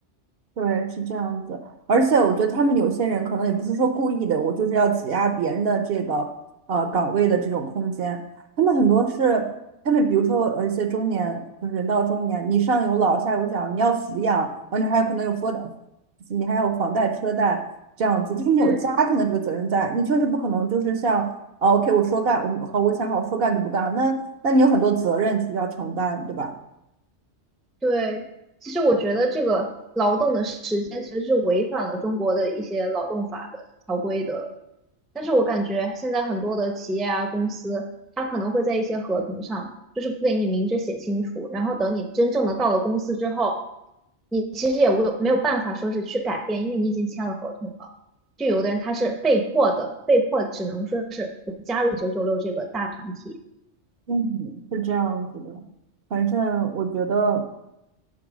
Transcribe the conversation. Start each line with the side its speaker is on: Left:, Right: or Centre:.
Right: 对，是这样子。而且我觉得他们有些人可能也不是说故意的，我就是要挤压别人的这个呃岗位的这种空间。他们很多是他们，比如说呃一些中年，就是人到中年，你上有老下有小，你要抚养，而且还有可能有房贷，你还有房贷车贷这样子，就是你有家庭的这个责任在，
Centre: 嗯。
Right: 你确实不可能就是像啊 OK 我说干，我好我想好说干就不干，那那你有很多责任去要承担，对吧？
Centre: 对，其实我觉得这个劳动的时间其实是违反了中国的一些劳动法的条规的，但是我感觉现在很多的企业啊、公司，它可能会在一些合同上，就是不给你明着写清楚，然后等你真正的到了公司之后，你其实也无没有办法说是去改变，因为你已经签了合同了。就有的人他是被迫的，被迫只能说是我加入九九六这个大团体。
Right: 嗯，是这样子的。反正我觉得，